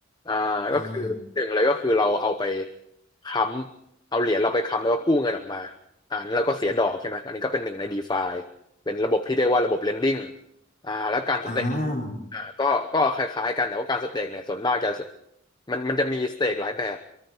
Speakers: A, on the left; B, on the left.
A: อ่าก็คือหนึ่งเลยก็คือเราเอาไป
B: อ่า
A: ค้ำเอาเหรียญเราไปค้ำแล้วก็กู้เงินออกมาอ่านั้นเราก็เสียดอกใช่ไหมอันนี้ก็เป็นหนึ่งใน DeFi เป็นระบบที่เรียกว่าระบบ lending อ่าแล้วการสเต็ก
B: อ่า
A: อ่าก็ก็คล้ายๆกันแต่ว่าการสเต็กเนี่ยส่วนมากจะมันมันจะมีสเต็กหลายแบบ